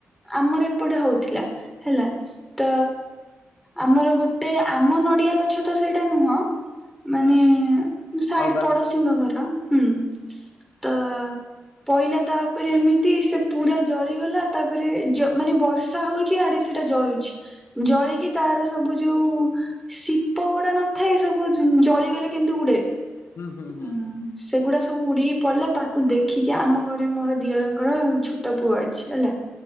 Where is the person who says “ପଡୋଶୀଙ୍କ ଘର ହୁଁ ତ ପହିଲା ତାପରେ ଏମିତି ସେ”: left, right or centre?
Centre